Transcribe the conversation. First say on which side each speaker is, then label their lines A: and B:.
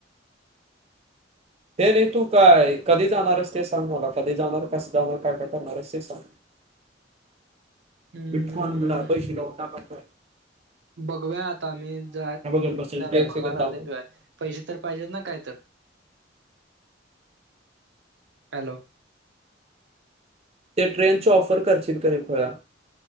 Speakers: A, on the right; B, on the right.
A: हे नाही तू का काय कधी जाणारेस? ते सांग मला कधी जाणार? कसं जाणार? काय काय करणारेस? ते सांग.
B: हम्म
A: बीटकॉनला पैसे जाऊन टाकायचेत.
B: बघूया आता आम्ही <inaudible>
A: एक बसेल
B: पगार
A: सेकंड थांब
B: आल्याशिवाय पैसे तर पाहिजेत ना काय तर. हॅलो.
A: ते ट्रेनचे ऑफर करशीन का रे खुळ्या?